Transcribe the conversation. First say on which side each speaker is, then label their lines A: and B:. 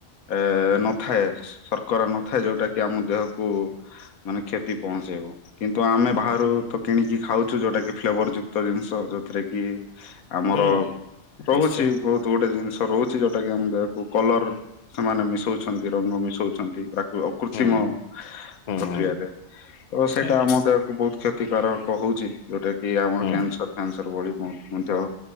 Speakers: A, on the left (about 85°); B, on the left (about 45°).
A: ଏ ନଥାଏ ଶର୍କରା ନଥାଏ ଯୋଉଟା କି ଆମ ଦେହକୁ ମାନେ କ୍ଷତି ପହଞ୍ଚେଇବ। କିନ୍ତୁ ଆମେ ବାହାରୁ ତ କିଣିକି ଖାଉଛୁ ଯୋଉଟା କି ଫ୍ଲେବର ଯୁକ୍ତ ଜିନିଷ ଯୋଉଥିରେ କି ଆମର
B: ହୁଁ
A: ରହୁଛି
B: ନିଶ୍ଚୟ
A: ବହୁତ ଗୋଟେ ଜିନିଷ ରହୁଛି ଯୋଉଟା କି ଆମ ଦେହକୁ କଲର ସେମାନେ ମିଶଉଛନ୍ତି ରଙ୍ଗ ମିଶଉଛନ୍ତି ପ୍ରାକୃ କୃତ୍ରିମ
B: ହୁଁ ହୁଁ
A: ପ୍ରକ୍ରିୟାରେ
B: ହୁଁ।
A: ତ ସେଇଟା
B: ଆଜ୍ଞା
A: ଆମ ଦେହକୁ ବହୁତ କ୍ଷତିକାରକ କହୁଛି ଯୋଉଟା କି ଆମର
B: ହୁଁ
A: କ୍ୟାନସର କ୍ୟାନସର ଭଳି ମଧ୍ୟ